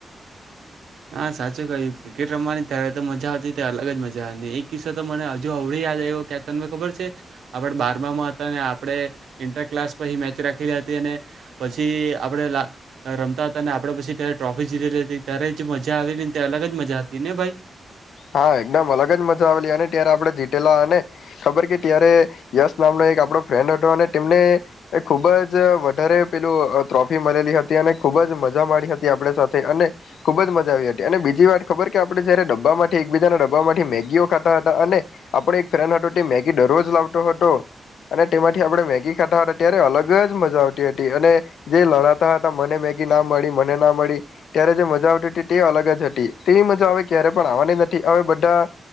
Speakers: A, on the right; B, on the left.
A: હા સાચું કહ્યું ક્રિકેટ રમવાની ત્યારે તો મજા આવતી ત્યારે અલગ જ મજા ને એક કિસ્સો તો મને હજુ અવળી યાદ આવ્યો કે તમને ખબર છે, આપણે બારમામાં હતા ને આપણે ઇન્ટર ક્લાસ પછી મેચ રાખેલી હતી અને, પછી આપડે રમતા હતા અને આપડે પછી ત્યારે ટ્રોફી જીતેલી હતી ત્યારે જ મજા આવેલી તે અલગ જ મજા હતી ને ભાઈ.
B: હા એકદમ અલગ જ મજા આવેલી અને ત્યારે આપણે જીતેલા અને, ખબર કે ત્યારે યશ નામનો એક આપડો ફ્રેન્ડ હતો અને તેમને, ખુબ જ વધારે પેલું ટ્રોફી મળેલી હતી અને ખૂબ જ મજા માડી હતી આપડ સાથે અને ખુબ જ મજા આવી હતી અને, બીજી વાત ખબર કે આપણે જયારે ડબ્બા મા એકબીજાના ડબ્બામાંથી મેગીઓ ખાતા હતા અને આપણે એક ફ્રેન્ડ હતો તે મેગી દરરોજ લાવતો હતો અને તેમાંથી આપણે મેગી ખાતા હતા ત્યારે અલગ જ મજા આવતી હતી અને જે લડાતા હતા મને મેગી ના મળી મને ના મળી ત્યારે જે મજા આવતી હતી તે અલગ જ હતી તેવી મજા આવે ક્યારે પણ આવવાની ન હવે બધા,